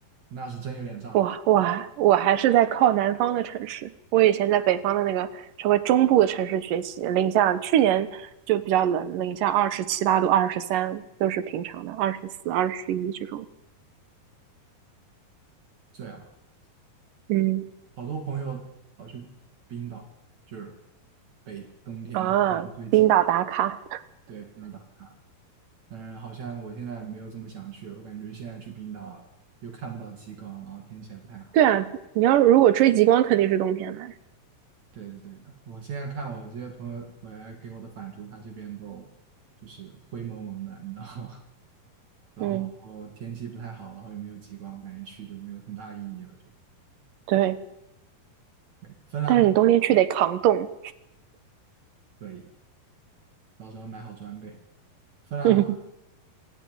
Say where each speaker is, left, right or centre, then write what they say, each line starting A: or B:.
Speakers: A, on the right; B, on the right.
A: 那是真有点炸。
B: 我我还我还是在靠南方的城市，我以前在北方的那个稍微中部的城市学习，零下去年就比较冷，零下二十七八度、二十三都是平常的，二十四、二十一这种。
A: 这样，
B: 嗯
A: 好多朋友跑去冰岛，就是北冬天必须最极光，
B: 啊，冰岛打卡，
A: 对，不能打。当然，好像我现在没有这么想去了我感觉现在去冰岛又看不到极光，然后天气也不太好。
B: 对啊，你要如果追极光肯定是冬天来，
A: 对对对，我现在看我这些朋友回来给我的返图，他这边都就是灰蒙蒙的，你知道吗？<laughs> 然后天气不太好，
B: 嗯
A: 然后也没有极光，我感觉去就没有很大意义了，就
B: 对，
A: 对。芬兰好。
B: 但是你冬天去得扛冻，
A: 可以的，到时候买好装备。芬兰好玩，
B: <laughs> 嗯，